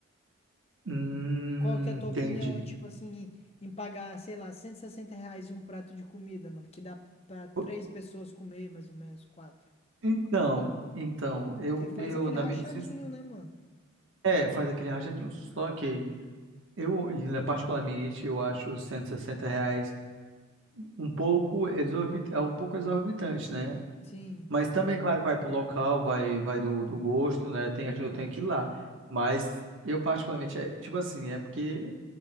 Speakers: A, on the right (about 65°); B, on the left (about 30°).
A: Hum,
B: Qual que é a tua
A: entendi.
B: opinião, tipo assim, em pagar, sei lá, cento e sessenta reais em um prato de comida, mano, que dá pra três
A: Po-
B: pessoas comer, mais ou menos, quatro?
A: Então, então, eu,
B: Porque faz
A: eu
B: aquele
A: na
B: rachadinho,
A: minha, sin-
B: né, mano?
A: é, faz aquele rachadinho, só que eu, né, particularmente, eu acho os 160 reais um pouco exorbit, é um pouco exorbitante, né?
B: Sim.
A: Mas também, claro, vai pro local, vai, vai do, do gosto, né? Tem, eu
B: Ah,
A: tenho que ir lá. Mas eu particularmente, é, tipo assim, é porque